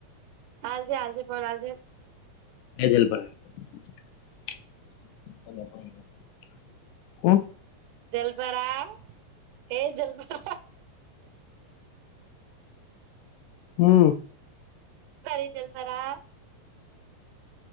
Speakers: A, on the right (about 75°); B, on the left (about 85°).
A: આલજે આલજે ફોન આલજે.
B: <unintelligible> કોણ.
A: જલપરા એ જલપરા.
B: હમ્મ.
A: એય જલપરા.